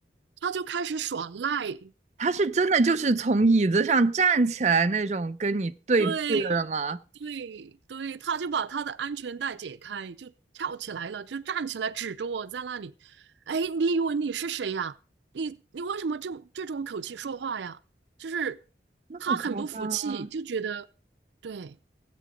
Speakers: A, on the right; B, on the right.
A: 他就开始耍赖，
B: 他是真的就是从椅子上站起来那种跟你对峙的吗？
A: 对对对，他就把他的安全带解开，就跳起来了，就站起来指着我在那里。哎，你以为你是谁呀？你你为什么这么这种口气说话呀？就是
B: 那么夸张啊！
A: 他很不服气，就觉得对